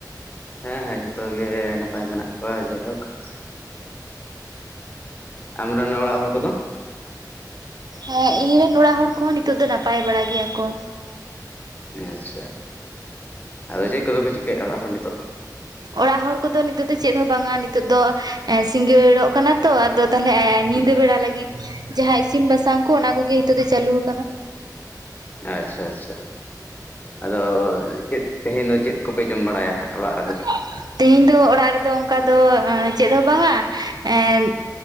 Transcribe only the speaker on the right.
ᱦᱮᱸᱻ, ᱤᱧ ᱨᱮᱱ ᱚᱲᱟᱜ ᱦᱚᱲ ᱠᱚᱦᱚᱸ, ᱱᱤᱛᱚᱜ ᱫᱚ ᱱᱟᱯᱟᱭ ᱵᱟᱲᱟ ᱜᱮᱭᱟ ᱠᱚ ᱾
ᱚᱲᱟᱜ ᱦᱚᱲ ᱠᱚᱫᱚ ᱱᱤᱛᱚᱜ ᱫᱚ ᱪᱮᱫ? ᱦᱚᱸ ᱵᱟᱝᱼᱟ ᱾ ᱱᱤᱛᱚᱜ ᱫᱚ ᱥᱤᱸᱜᱟᱹᱲᱚᱜ ᱠᱟᱱᱟ ᱛᱚ, ᱟᱫᱚ ᱛᱟᱦᱞᱮ ᱾ ᱧᱤᱫᱟᱹ
ᱵᱮᱲᱟ, ᱞᱟᱹᱜᱤᱫ ᱡᱟᱦᱟ ᱤᱥᱤᱱ ᱵᱟᱥᱟᱝ ᱠᱚ, ᱚᱱᱟ ᱠᱚᱜᱮ ᱦᱤᱛᱚᱜ ᱫᱚ, ᱪᱟᱞᱩ ᱟᱠᱟᱱᱟ ᱾
<unintelligible> ᱛᱮᱦᱤᱧ ᱫᱚ ᱚᱲᱟᱜ ᱨᱮᱫᱚ ᱚᱝᱠᱟ ᱫᱚ, ᱪᱮᱫ, ᱦᱚᱸ ᱵᱟᱝᱼᱟ? ᱮᱸᱻ,